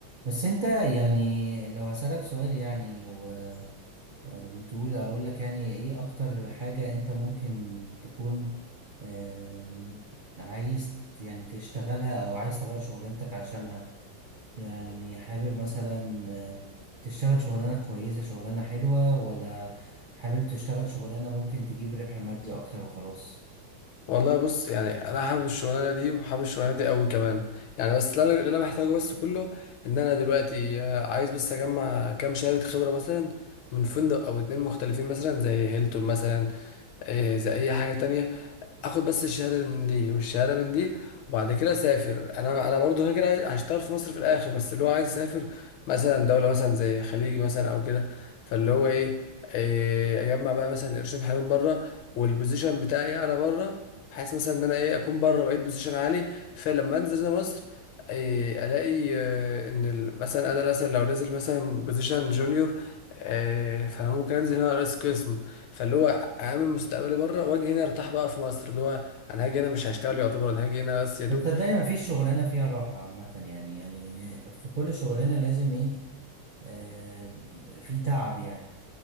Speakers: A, on the right (about 80°); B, on the left (about 80°).
A: بس انت يعني لو هسألك سؤال يعني و... وتقول اقول لك يعني ايه اكتر حاجة انت ممكن تكون آم، عايز يعني تشتغلها او عايز تغير شغلانتك عشانها يعني حابب مثلا آه، تشتغل شغلانة كويسة شغلانة حلوة ولا حابب تشتغل شغلانة ممكن تجيب ربح مادي أكتر وخلاص
B: والله بص يعني انا حابب الشغلانه دي وحابب الشغلانه دي قوي كمان يعني بس اللي انا اللي انا محتاجه بس كله ان انا دلوقتي آه، عايز بس اجمع كام شهاده خبره مثلا من فندق او اتنين مختلفين مثلا زي هيلتون مثلا إيه زي اي حاجه تانية اخد بس الشهاده من دي والشهاده من دي وبعد كده اسافر انا انا برضو كده كده عايز- هشتغل في مصر في الاخر بس اللي هو عايز اسافر مثلا دوله مثلا زي الخليج مثلا او كده فاللي هو ايه, إيه اجمع بقى مثلا قرشين حلوين بره والبوزيشن بتاعي انا بره بحيث مثلا ان انا ايه اكون بره بقيت بوزيشن عالي فلما انزل هنا مصر إيه الاقي آه، ان ال- مثلا انا مثلا لو نازل مثلا بوزيشن جونيور إيه فانا ممكن انزل هنا رئيس قسم فاللي هو اعمل مستقبلي بره واجي هنا ارتاح بقى في مصر اللي هو انا هاجي هنا مش هشتغل يعتبر انا هاجي هنا بس يا دوب
A: بس صدقني مفيش شغلانة فيها راحة عامة يعني يعني في كل شغلانة لازم إيه آه في تعب يعني